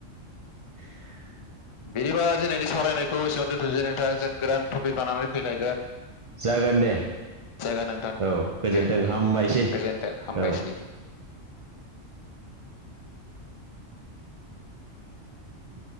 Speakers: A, on the right; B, on the left.
A: <inaudible>
B: बिदिबा दिनैनि सावरायनायखौ एसेबां दोन्थ'सै नोंथाङा जों गोदान टपिक लानानै फैलायगोन।
A: जागोन दे
B: जायगा नोंथां
A: औ गोजोन्थों
B: दे
A: हामबायसै
B: गोजोनथों हामबायसै।
A: औ उ।